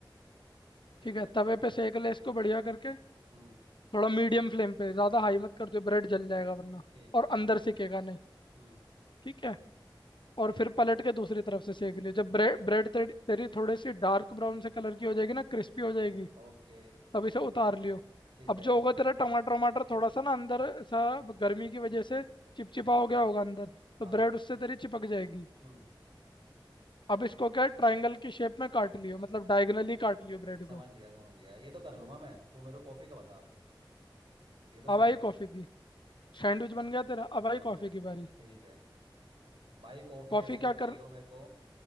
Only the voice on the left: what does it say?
ठीक है
तवे पे सेक ले इसको बढ़िया करके
थोड़ा मीडियम फ्लेम पे ज़्यादा हाई मत कर दो ब्रेड जल जाएगा वरना
और
अंदर
सिकेगा नहीं
ठीक है और फिर पलट के दूसरी तरफ से सेक ले जब ब्रेड ब्रेड तेरी तेरी थोड़ी सी डार्क ब्राउन से कलर की हो जाएगी ना क्रिस्पी हो जाएगी
अब इसे उतार लियो
अब
जो होगा तेरा टमाटर वमाटर थोड़ा सा ना अंदर सा गर्मी की वजह से चिपचिपा हो गया होगा अंदर
तो ब्रेड उससे तेरी चिपक जाएगी
अब इसको क्या ट्रायंगल की शेप में काट लियो मतलब डायगनली काट लियो ब्रेड
को
अब आई
कॉफ़ी की सैंडविच बन गया तेरा अब
आई
कॉफ़ी की बारी
कॉफ़ी
क्या
कर